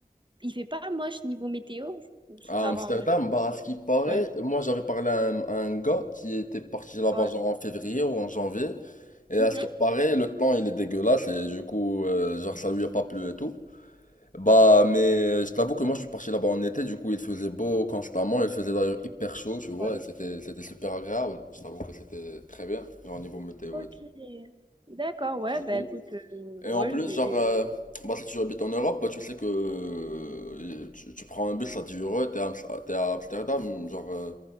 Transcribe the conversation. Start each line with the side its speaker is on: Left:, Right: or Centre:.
Right: il fait pas moche niveau météo, ou ça
Left: À Amsterdam,
Right: va en vrai.
Left: bah, à ce qui paraît,
Right: Ouais.
Left: moi j'avais parlé à un, à un gars qui était parti là-bas
Right: Ouais.
Left: genre en février ou en janvier. Et
Right: Mhm.
Left: à ce qui paraît, le temps il est dégueulasse et du coup, euh, genre ça lui a pas plu et tout. Bah, mais euh, je t'avoue que moi je suis parti là-bas en été, du coup il faisait beau constamment, il faisait d'ailleurs hyper chaud, tu vois,
Right: Ouais.
Left: et c'était, c'était super agréable. Je t'avoue que c'était très bien, genre au niveau météo
Right: Ok.
Left: et tout.
Right: D'accord, ouais,
Left: Du
Right: bah
Left: coup,
Right: écoute, euh,
Left: Et en
Right: ouais,
Left: plus,
Right: je vais...
Left: genre, euh, bah, si tu habites en Europe, bah, tu sais que euh, tu, tu prends un bus à 10 euros, t'es à, Ams- à- t'es à Amsterdam, genre, euh,